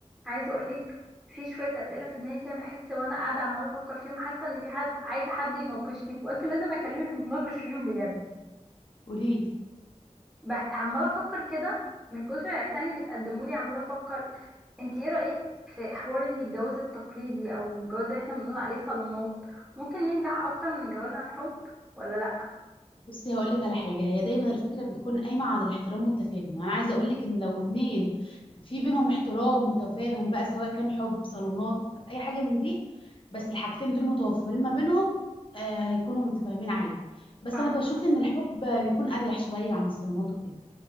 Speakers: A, in the centre; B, on the left.
A: عايزه اقولك في شويه اسئله في دماغي كده بحس وانا قاعده عماله افكر فيهم حاسه ان في حد عايزه حد يناقشني فقلت لازم اكلمك نتناقش فيهم بجد
B: قوليلي
A: بح- عماله افكر كده من كتر العرسان اللي بتقدموا لي عماله افكر انت ايه رايك في حوار ان الجواز التقليدي او الجواز اللي احنا بنقول عليه صالونات ممكن ينجح اكتر من الجواز عن حب ولا لا
B: بصي هقول لك على حاجه هي دايما الفكره بتكون قايمه على الاحترام والتفاهم يعني انا عايزه اقول لك ان لو اتنين في بينهم احترام وتفاهم بقى سواء كان حب صالونات اي حاجه من دي بس الحاجتين دول متوفرين ما بينهم آه هيكونوا متفاهمين عادي بس
A: صح
B: انا بشوف ان الحب بيكون اريح شويه عن الصالونات وكده